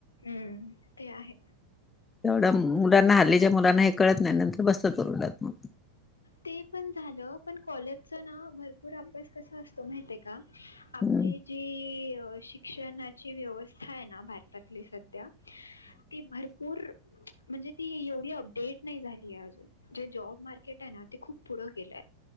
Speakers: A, on the left; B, on the left.
A: हम्म ते आहे.
B: एवढा मुलांना हल्लीच्या मुलांना हे कळत नाय नंतर बसतात ओरडत मग
A: ते पण झालं पण कॉलेजचं ना भरपूर अभ्यास कसा असतो माहितीये का? आपली
B: हम्म
A: जी अ शिक्षणाची व्यवस्था आहेना भारतातली स ध्या ती भरपूर म्हणजे ती, एवढी अपडेट नाही झाली अजून जे जॉब मार्केट आहेना ते खूप पुढे गेलंय,